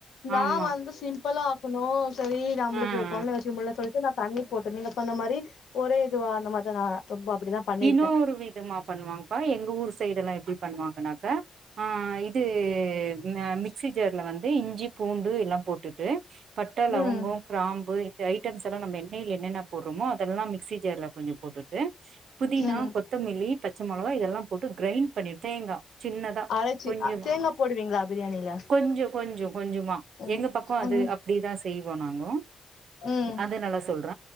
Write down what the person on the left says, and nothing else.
நா
வந்து சிம்பளா னோ சரி நம்ளுக்கு
பொண்ண வச்சு முல்லனு சொல்ட்டு நா தண்ணி போட்டு நீங்க சொன்ன மாரி ஒரே இதுவா அந்த மார்தா அ ரொம்ப அப்டிதா பண்ணிருக்கே
ம்
ம்
அரைச்சி
அ தேங்கா போடுவீங்களா பிரியாணில
ம்
ம்
ம்